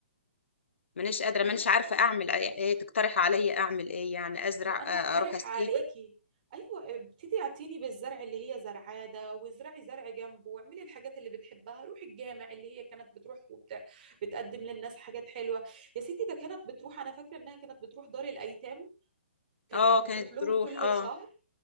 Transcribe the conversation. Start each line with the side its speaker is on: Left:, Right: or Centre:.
Left: مانيش قادره مانيش
Right: ايوه
Left: عارفه اعمل ايه إيه تقترح عليا اعمل ايه يعني ازرع
Right: ما انا
Left: آه،
Right: بقترح
Left: اروح أس
Right: عليكي
Left: ايه
Right: ايوه ابتدي اعتني بالزرع اللي هي زرعاه ده وازرعي زرع جنبه واعملي الحاجات اللي بتحبها روحي الجامع اللي هي كانت بتروح وبت... بتقدم للناس حاجات حلوه يا ستي ده كانت بتروح انا فاكره انها كانت بتروح دار الايتام كانت
Left: اه
Right: كو-
Left: كانت
Right: بتروح لهم
Left: بتروح
Right: كل
Left: اه
Right: شهر